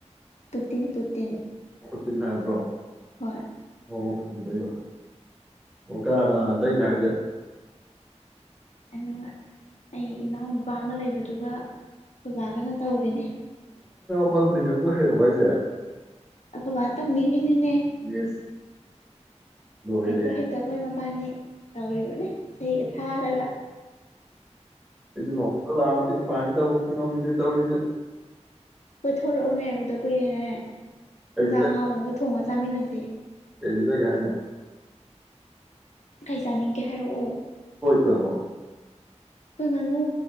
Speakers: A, on the left (about 70°); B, in the centre.
A: ꯄꯨ ꯇꯤꯟ ꯄꯨꯇꯤꯟ
B: ꯇꯤꯟ ꯍꯥꯏꯕ꯭ꯔꯣ
A: ꯍꯣꯏ
B: ꯑꯣ ꯑꯗꯨ ꯑꯣ ꯀꯅꯥ ꯀꯅꯥ ꯇꯩꯅꯣ ꯍꯥꯏꯁꯦ
A: ꯑꯁꯣ ꯑꯩ ꯏꯅꯥꯎꯅꯨꯄꯥ ꯑꯃ ꯂꯩꯕꯗꯨꯒ ꯑꯩꯈꯣꯏꯕꯥꯒꯅ ꯇꯧꯔꯤꯅꯦ
B: ꯄꯔ ꯄꯔꯤꯡꯀꯕꯨ ꯍꯩꯔꯔꯕ ꯍꯥꯏꯁꯦ
A: ꯑꯈꯣꯣꯏ ꯑꯇꯥꯛ ꯕꯤꯔꯅꯤ ꯅꯦ
B: ꯏꯁ ꯂꯣꯏꯔꯦꯍꯦ
A: ꯍꯥꯏꯔꯤꯕ ꯍꯥꯏ ꯇꯄꯣ ꯏꯃ ꯄꯥꯅꯤ ꯇꯧꯔꯤ ꯃꯅꯦ ꯑꯩꯒ ꯊꯥꯔꯒ
B: ꯃꯄ ꯂꯥꯃꯇ ꯄ ꯇꯧꯁꯨ ꯉꯝꯗ ꯇꯧꯔꯤꯁꯤ
A: ꯄꯨꯊꯣꯔꯛꯑꯣꯅꯦ ꯎꯗ ꯀꯨꯏꯔꯦꯅꯦ
B: ꯀꯩ
A: ꯌꯦꯟꯖꯥꯛ ꯑꯍꯥꯎ ꯑꯃꯒ ꯊꯣꯡꯉꯒ ꯆꯥꯃꯤꯟꯅꯁꯦ
B: ꯑꯦꯕꯤꯗ ꯈꯥꯏꯅ
A: ꯀꯩ ꯆꯥꯅꯤꯡꯒꯦ ꯍꯥꯏꯔꯛꯑꯣ
B: ꯄ꯭ꯔꯕꯣ
A: ꯀꯈꯣꯏ ꯉꯅꯨ